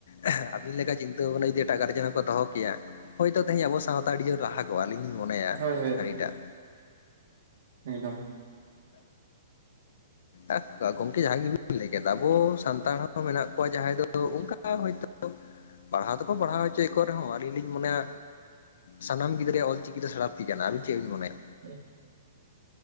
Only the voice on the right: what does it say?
ᱦᱳᱭ
ᱢᱤᱫ ᱫᱚ᱾
ᱦᱮᱸ